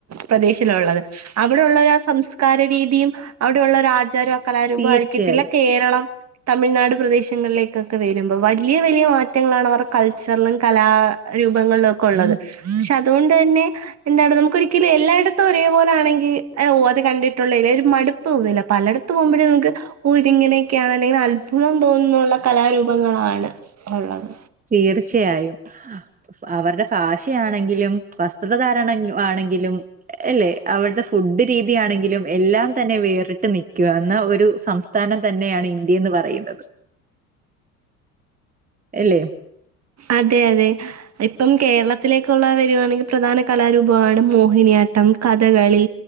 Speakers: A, on the right; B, on the right.
A: പ്രദേശിലുള്ളത് അവിടെള്ള ആ സംസ്കാര രീതിയും അവിടെയള്ള ഒരു ആചാരം കലാരൂപം
B: തീർച്ചയായും
A: ആയിരിക്കത്തില്ല കേരളം തമിഴ്നാട് പ്രദേശങ്ങളിലേക്ക് ഒക്കെ വരുമ്പോ വലിയ വലിയ മാറ്റങ്ങളാണ് അവരുടെ കൾച്ചറിലും കലാരൂപങ്ങളിലും ഒക്കെ ഉള്ളത് പക്ഷെ അതുകൊണ്ട് തന്നെ എന്താണ് നമുക്ക് ഒരിക്കലും എല്ലായിടത്തും ഒരേ പോലൊണെങ്കിൽ ഓ അത് കണ്ടിട്ടുള്ള ഒരു മടുപ്പ് തോന്നിലെ പലയിടത്ത് പോകുമ്പോഴേ നമുക് ഇതിഇങനെയൊകെ അന്നാലെ അത്ഭു അത്ഭുതം തോന്നുന്നുുള്ള കലാരൂപങ്ങളാണ് ഉള്ളത്
B: തീർച്ചയായും അവരുടെ ഭാഷയാണെങ്കിലും വസ് വസ്ത്രധാരണ ആണെങ്കിലും അല്ലെ അവിടുത്തെ ഫുഡ് രീതിയാണെങ്കിലും എല്ലാം തന്നെ വേറിട്ട് നിൽക്കുക എന്ന ഒരു സംസ്ഥ സംസ്ഥാനം തന്നെയാണ് ഇന്ത്യ എന്ന് പറയുന്നത് എല്ലേ
A: അതെ അതെ ഇപ്പം കേരളത്തിലേക്കുള്ള വരുവാണെങ്കിൽ പ്രധാന കലാരൂപമാണ് മോഹിനിയാട്ട ട്ടം കഥകളി